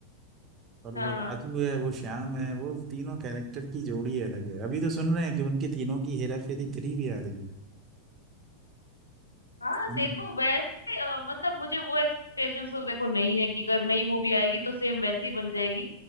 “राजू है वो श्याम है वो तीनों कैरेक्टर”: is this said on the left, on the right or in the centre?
Right